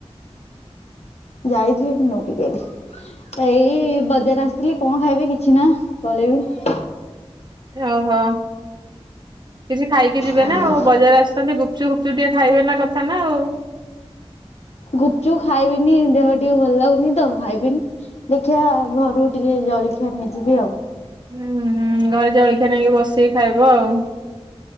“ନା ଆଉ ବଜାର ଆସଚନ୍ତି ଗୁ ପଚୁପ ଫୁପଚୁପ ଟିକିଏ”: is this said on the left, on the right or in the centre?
Right